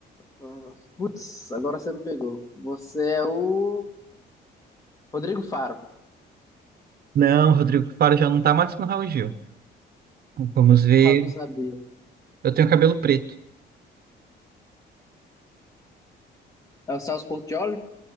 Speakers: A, on the left; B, on the right.
A: ah, putz, agora você me pegou. Você é o Rodrigo Faro. <laughs>
B: Não, Rodrigo Faro já não tá mais com o Raul Gil. Vamos ver.
A: Ah, Eu não sabia.
B: Eu tenho cabelo preto.
A: É o Celso Portiolli?